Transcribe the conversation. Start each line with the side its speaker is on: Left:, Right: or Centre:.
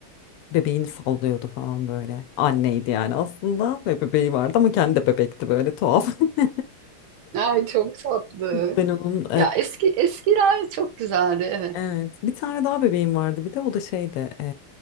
Left: Bebeğini sallıyordu falan böyle. Anneydi yani aslında ve bebeği vardı ama kendi de bebekti böyle tuhaf. <laughs>
Right: Ay çok tatlı.
Left: Ben onun
Right: Ya eski eskiler çok güzeldi evet.
Left: Evet. Bir tane daha bebeğim vardı bir de o da şeydi eee,